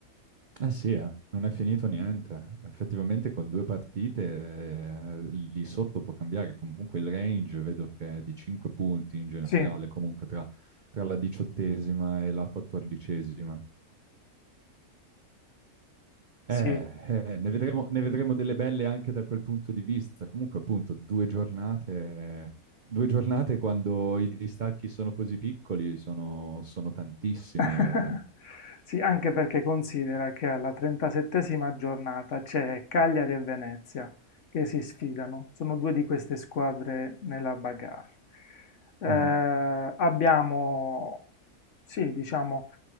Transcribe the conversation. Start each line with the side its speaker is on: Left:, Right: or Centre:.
Right: Eh sì, eh, Non è finito niente. Effettivamente con due partite eh, lì sotto può cambiare. Comunque il range vedo che è di 5 punti in generale,
Left: Sì,
Right: comunque tra, tra la diciottesima e la quattordicesima.
Left: sì,
Right: Eh, eh, ne vedremo, ne vedremo delle belle anche da quel punto di vista. Comunque appunto due giornate, due giornate quando i distacchi sono così piccoli sono, sono tantissime
Left: <laughs>
Right: in realtà.
Left: Sì, anche perché considera che alla 37esima giornata c'è Cagliari e Venezia che si sfidano, sono due di queste squadre nella bagarre. Eh,
Right: Mhm,
Left: abbiamo, sì, diciamo,